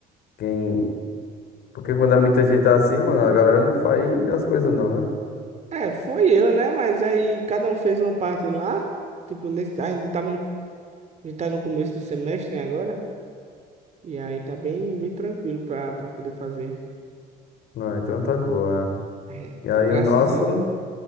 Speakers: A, on the left; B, on the right.
A: Quem Porque quando é muita gente assim, mano, a galera não faz as coisas não, né?
B: É, foi eu, né? Mas aí cada um fez uma parte lá. Tipo, nesse, ainda tava no, a gente tá no começo do semestre, né, agora? E aí tá bem, bem tranquilo pra, pra poder fazer.
A: Não, então tá de boa.
B: É,
A: é. E aí
B: graças
A: o nosso,
B: a Deus.